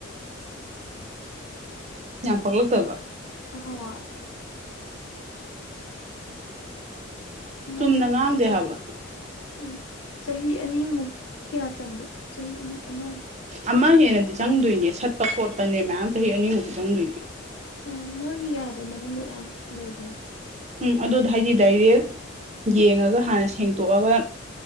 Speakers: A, on the right; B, on the left.
A: ꯌꯥ ꯄꯣꯛꯂꯛꯇꯕ
B: ꯍꯣꯏ ꯃꯌꯥꯝ
A: ꯆꯨꯝꯅ ꯉꯥꯡꯗꯦ
B: ꯐꯥꯆꯍꯤ
A: ꯍꯥꯏꯕ
B: ꯎꯝ ꯆꯍꯤ ꯑꯅꯤꯃꯨꯛ ꯀꯌꯥ ꯆꯪꯒꯦ ꯆꯍꯤ ꯑꯅꯤ ꯑꯃ
A: ꯑꯃ ꯍꯦꯟꯅꯗꯤ ꯆꯪꯗꯣꯏꯅꯦ ꯁꯠꯄ ꯈꯣꯠꯄꯅꯦ ꯃꯌꯥꯝ ꯆꯍꯤ ꯑꯅꯤꯃꯨꯛꯇꯤ ꯆꯪꯗꯣꯏꯅꯦ
B: ꯑ ꯃꯥꯒꯤ ꯌꯥꯗꯣ ꯃꯅꯨꯡꯗ ꯌꯥꯝ ꯂꯩꯕꯅꯦ
A: ꯎꯝ ꯑꯗꯨꯗ ꯍꯥꯏꯗꯤ ꯗꯥꯏꯔꯦꯛ ꯌꯦꯡꯉꯒ ꯍꯥꯟꯅ ꯁꯦꯡꯇꯣꯛꯑꯒ